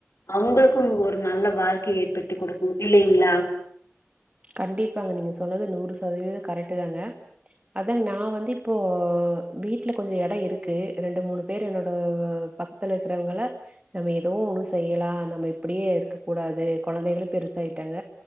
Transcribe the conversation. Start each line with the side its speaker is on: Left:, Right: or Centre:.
Left: அவங்களுக்கும் ஒரு நல்ல வாழ்க்கைய ஏற்படுத்தி கொடுக்கும் இல்லிங்களா
Right: கண்டிப்பாங்க நீங்க சொன்னது நூறு சதவீத கரெக்ட் தாங்க அதாங்க நா வந்து இப்போ வீட்டுல கொஞ்ச இட இருக்கு ரெண்டு மூணு பேர் என்னோட ப <unintelligible> இருக்குறவங்கள நம்ம எதோ ஒண்ணும் செய்யலா நம்ம இப்டியே இருக்க கூடாது குழந்தைகளும் பெருசாயிட்டாங்க